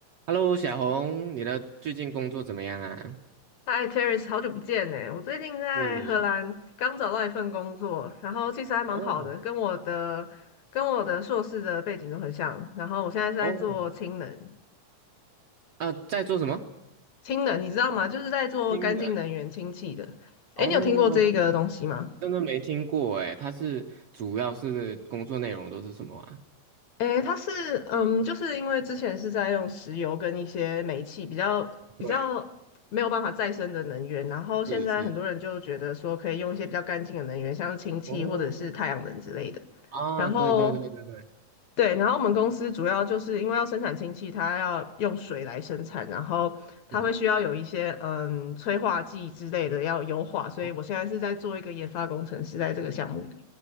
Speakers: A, on the right; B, on the left.
A: Hello，小红，你的最近工作怎么样啊？
B: 嗨，Terry，好久不见呢！我最近在荷兰刚找到一份工作，
A: 是
B: 然后其实还蛮好的，
A: 哦
B: 跟我的跟我的硕士的背景都很像。然后我现在是在做氢能，
A: 哦，啊，在做什么？
B: 氢能你知道吗？就是在做干净能源、
A: 新人
B: 氢气的。诶，
A: 哦，
B: 你有听过这个东西吗？
A: 真真的没听过哎。它是主要是工作内容都是什么啊？
B: 诶，它是嗯，就是因为之前是在用石油跟一些煤气比较比较没有办法再生的能源，
A: 对，
B: 然后现在很多人就觉得说可以用一些比较干净的能源，
A: 是是
B: 像是氢气或者是太阳能之类的。
A: 哦，啊，
B: 然后
A: 对对对，对对对，
B: 对，然后我们公司主要就是因为要生产氢气，它要用水来生产，然后它会需要有一些嗯催化剂之类的要优化，
A: 是
B: 所以我现在是在做一个研发工程师，
A: 哦，
B: 在这个项目里。